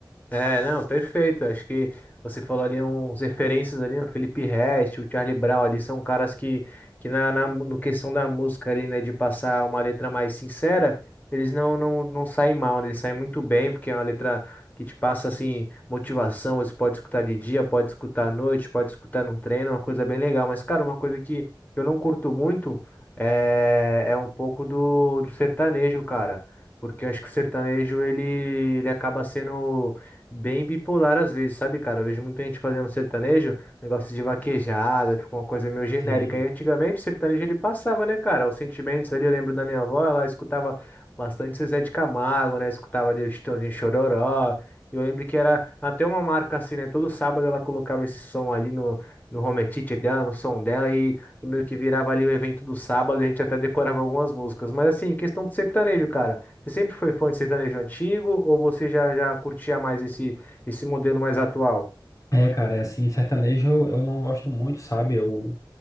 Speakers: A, on the left; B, on the left.
A: É, não, perfeito. Acho que você falou ali uns referências ali, o Felipe Ret, o Charlie Brown ali, são caras que, que na, na mu- no questão da música ali, né, de passar uma letra mais sincera, eles não, não, não saem mal, né? Eles saem muito bem, porque é uma letra que te passa, assim, motivação. Você pode escutar de dia, pode escutar à noite, pode escutar num treino, é uma coisa bem legal. Mas, cara, uma coisa que eu não curto muito é, é um pouco do, do sertanejo, cara. Porque eu acho que o sertanejo, ele, ele acaba sendo bem bipolar às vezes, sabe, cara? Eu vejo muita gente fazendo sertanejo, negócio de vaquejada, ficou uma coisa meio genérica.
B: Sim.
A: E antigamente o sertanejo ele passava, né, cara? Os sentimentos ali, eu lembro da minha avó, ela escutava bastante Zezé de Camargo, né? Escutava ali o Chitãozinho Chororó. E eu lembro que era até uma marca assim, né? Todo sábado ela colocava esse som ali no, no home theater dela, no som dela, e, e meio que virava ali o evento do sábado, a gente até decorava algumas músicas. Mas assim, questão do sertanejo, cara. Você sempre foi fã de sertanejo antigo ou você já, já curtia mais esse, esse modelo mais atual?
B: É, cara, é assim, sertanejo eu eu não gosto muito, sabe? Eu,